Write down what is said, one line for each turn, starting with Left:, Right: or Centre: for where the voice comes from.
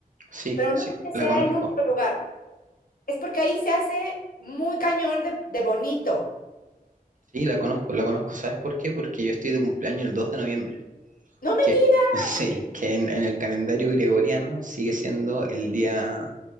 Right: sí,
Left: pero
Right: sí,
Left: no porque
Right: la
Left: sea
Right: conozco.
Left: el único lugar, es porque ahí se hace muy cañón de, de bonito.
Right: Sí, la conozco, la conozco. ¿Sabes por qué? Porque yo estoy de cumpleaños el 2 de noviembre.
Left: No me
Right: Que,
Left: digas
Right: <laughs> sí, que en, en el calendario gregoriano sigue siendo el día